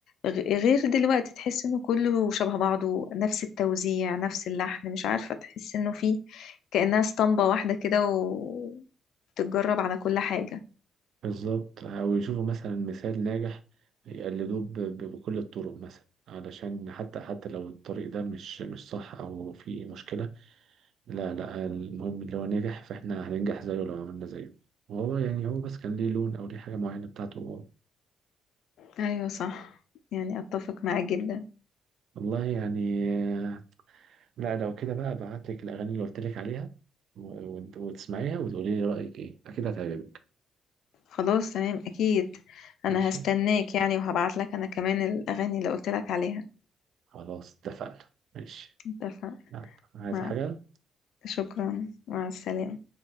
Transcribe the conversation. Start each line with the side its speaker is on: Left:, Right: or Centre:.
Left: غ- غير دلوقتي تحس انه كله شبه بعضه نفس التوزيع نفس اللحن مش عارفة تحس انه فيه كأنها اسطمبة واحدة كده وتتجرب على كل حاجة
Right: بالظبط أو يشوفوا مثلا مثال ناجح يقلدوه ب- ب- بكل الطرق مثلا علشان حتى حتى لو الطريق ده مش مش صح أو فيه مشكلة لا لا المهم اللي هو نجح فإحنا هننجح زيه لو عملنا زيه وهو يعني هو بس كان ليه لون أو ليه حاجة معينة بتاعته
Left: ايوه صح يعني اتفق معاك جدا
Right: والله يعني آه، لا لو كده بقى ابعت لك الاغاني اللي قلت لك عليها و- وت- وتسمعيها وتقولي لي رايك ايه اكيد هتعجبك
Left: خلاص تمام اكيد انا
Right: ماشي
Left: هستناك يعني وهبعت لك انا كمان الاغاني اللي قلت لك عليها
Right: خلاص اتفقنا ماشي
Left: اتفق
Right: يلا عايز
Left: مع
Right: حاجه
Left: شكرا مع السلامة